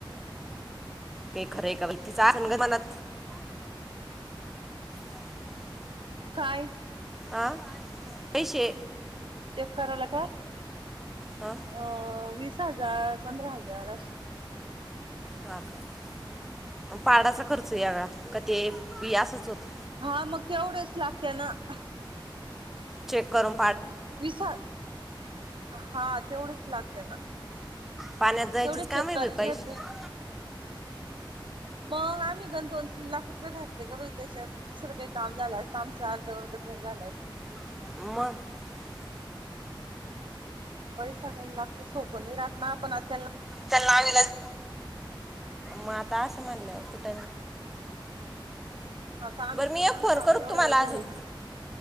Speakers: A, in the centre; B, on the right.
A: काही खरं आहे का बाई तिच असणं ग मनात <unintelligible>
B: काय?
A: हा पैशे
B: चेक कराला काय
A: हा
B: अ वीस दहा हजार पंधरा हजार अशी
A: हा का? पाडाचा खर्च येगळा का ते बी असच होत
B: हा मग तेवढेच लागते ना हा...
A: चेक करन
B: विसा हा तेवढच लागते ना
A: पाण्यात जायचेच
B: तेवढे चेक
A: कामय
B: करायचे
A: बाई पैसे
B: घेतले. मग आम्ही गण दोन तीन लाख रुपये घातले ग बाई त्याच्यात दुसरं काही काम झालं असतं आमचा अर्ध वर्ध घर झालं असत.
A: म
B: पैसा गंज लागतो सोप नाही राहात न पण आत......
A: त्या नाविलाज म आता अस म्हनल्यावर कुठ
B: तेच ना आता आम्ही
A: बरं मी
B: देऊ
A: एक
B: नाच
A: फोन करू का
B: एवढा
A: तुम्हाला
B: वेळ
A: अजून
B: झाले